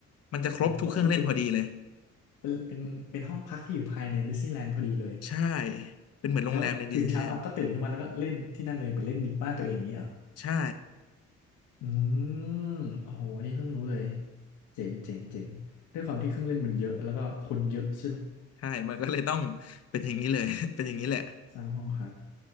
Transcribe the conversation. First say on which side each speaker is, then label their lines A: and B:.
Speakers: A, on the left; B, on the left.
A: มันจะครบทุกเครื่องเล่นพอดีเลย
B: ก็คือเป็นเป็นเป็นเป็นห้องพักที่อยู่ภายในดิสนีย์แลนด์พอดีเลย
A: ใช่เป็นเหมือนโรงแรมในดิสนีย์แลนด์
B: แล้วตื่นเช้ามาก็ตื่นขึ้นมาแล้วก็เล่นที่นั่นเลยเหมือนเล่นดิบบ้านตัวเองอย่างนี้เหรอ
A: ใช่
B: อืมโอ้โหอันนี้เพิ่งรู้เลยเจ๋งเจ๋งเจ๋งด้วยความที่เครื่องเล่นมันเยอะแล้วก็คนเยอะใช่ไหม
A: ใช่มันก็เลยต้องเป็นอย่างนี้เลย <laughs> เป็นอย่างนี้แหละ
B: สร้างห้องครับ